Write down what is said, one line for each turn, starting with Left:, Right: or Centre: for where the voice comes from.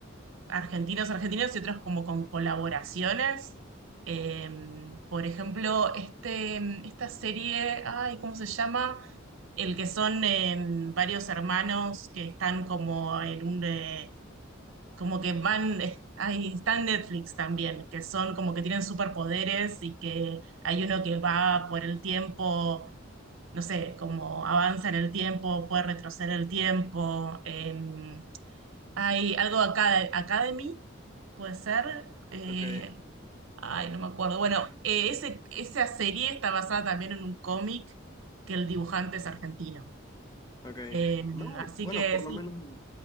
Right: argentinos, argentinos y otros como con colaboraciones. Eh, por ejemplo, este, esta serie, ay, ¿cómo se llama? El que son eh, varios hermanos que están como en un, eh, como que van, eh, ay, está en Netflix también, que son como que tienen superpoderes y que hay uno que va por el tiempo, no sé, como avanza en el tiempo, puede retroceder el tiempo. em, hay algo acá, Academy Puede ser. eh,
Left: Ok,
Right: ay, no me acuerdo. Bueno, eh, ese, esa serie está basada también en un cómic que el dibujante es argentino.
Left: ok.
Right: Eh,
Left: No,
Right: así
Left: bueno,
Right: que
Left: por
Right: sí.
Left: lo menos.